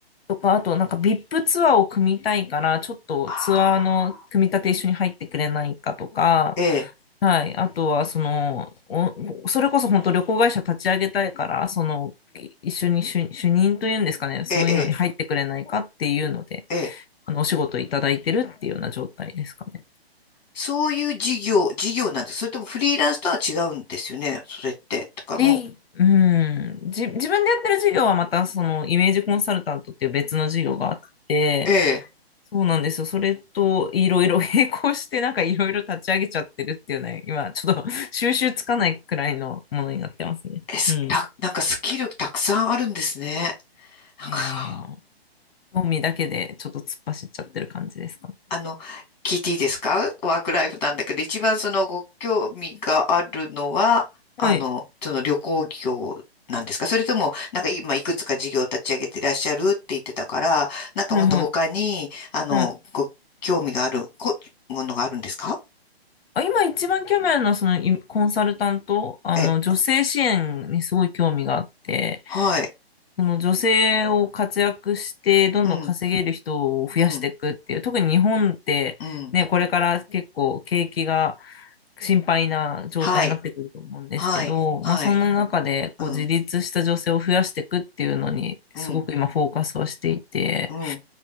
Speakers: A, on the left; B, on the left.
A: とか、あとなんか VIP ツアーを組みたいから、ちょっとツアーの組み立て一緒に入ってくれないかとか、
B: ああ、ええ、
A: はい。あとは、その、おそれこそ本当旅行会社立ち上げたいから、その、い一緒に主、主任というんですかね、そういうのに入ってくれないかっていうので、
B: ええ、ええ、ええ
A: あの、お仕事いただいてるっていうような状態ですかね。
B: そういう事業、事業なんです。それともフリーランスとは違うんですよね、それって。とかも
A: じ、うん、じ、自分でやってる事業はまた、その、イメージコンサルタントっていう別の事業があって、
B: う、え
A: そうなんですよ。それといろいろ <laughs> 並行してなんかいろいろ立ち上げちゃってるっていうね、今ちょっと <laughs> 収集つかないくらいのものになってますね。
B: え、え、すた、
A: うん。い
B: なんかスキルたくさんあるんですね。なんか、
A: やいやいや、興味だけでちょっと突っ走っちゃってる感じですかね。
B: あの、聞いていいですかワークライフなんだけど、一番そのご興味があるのは、あの、
A: はい。
B: その旅行業なんですかそれとも、なんか今いくつか事業を立ち上げていらっしゃるって言ってたから、なんかもっと他に、
A: はいはい。
B: あの、
A: はい。
B: ご興味があるこ、ものがあるんですか
A: あ、今一番興味あるのはそのいコンサルタント、あの女性支援にすごい興味があって、
B: え、はい。
A: その女性を活躍してどんどん稼げる人を増やしていくっていう、
B: うん、うん、
A: 特に日本ってね、
B: うん。
A: これから結構景気が心配な状態になってくると思うんですけど、
B: はい、はい、はい。
A: まあ、その中でこう自立した女性を増やしていくっていうのにすごく今フォーカスはしていて、
B: うん、うん、うん。